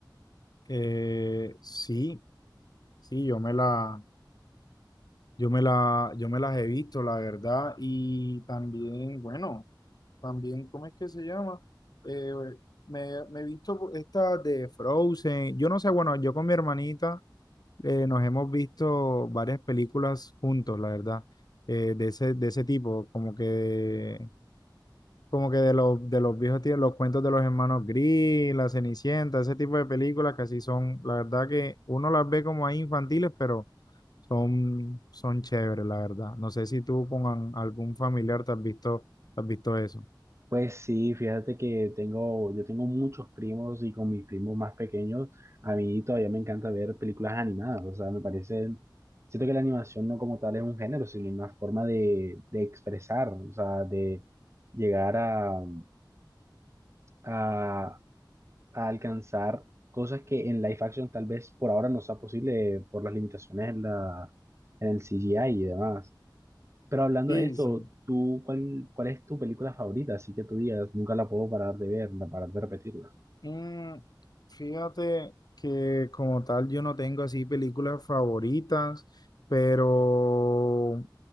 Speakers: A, on the left; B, on the right.
A: eh, sí, sí, yo me la... Yo me la, yo me las he visto, la verdad, y también, bueno, también, ¿cómo es que se llama? Eh, me, me he visto estas de Frozen, yo no sé, bueno, yo con mi hermanita eh, nos hemos visto varias películas juntos, la verdad, eh, de ese, de ese tipo, como que, como que de los, de los viejos tíos, los cuentos de los hermanos Grimm, La Cenicienta, ese tipo de películas que así son, la verdad que uno las ve como ahí infantiles, pero son, son chéveres, la verdad. No sé si tú con an- algún familiar te has visto, te has visto eso.
B: Pues sí, fíjate que tengo, yo tengo muchos primos y con mis primos más pequeños, a mí todavía me encanta ver películas animadas, o sea, me parece, siento que la animación no como tal es un género, sino una forma de, de expresar, o sea, de llegar a, a, a alcanzar cosas que en live action tal vez por ahora no sea posible por las limitaciones en la, en el CGI y demás. Pero hablando
A: Sí,
B: de esto,
A: sí.
B: ¿tú cuál, cuál es tu película favorita? Así que tú digas, nunca la puedo parar de ver, no parar de repetirla.
A: Mm, fíjate que como tal yo no tengo así películas favoritas, pero